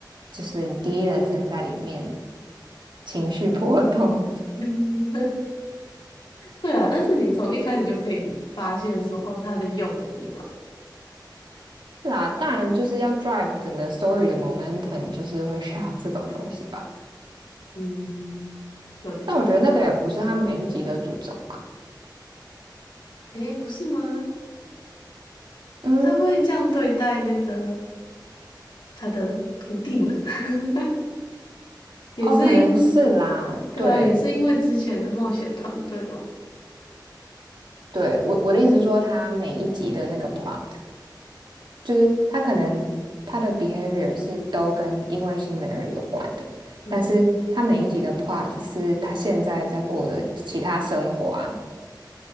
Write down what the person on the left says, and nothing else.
<laughs> 嗯对啊，但是你从一开始就可以发现说，哦，他的用意嘛，
嗯，对，
诶，不是吗？
他会这样对待那个。他的徒弟们，<laughs> 也是因为
对啊，
也是因为之前的冒险团队嘛，
嗯，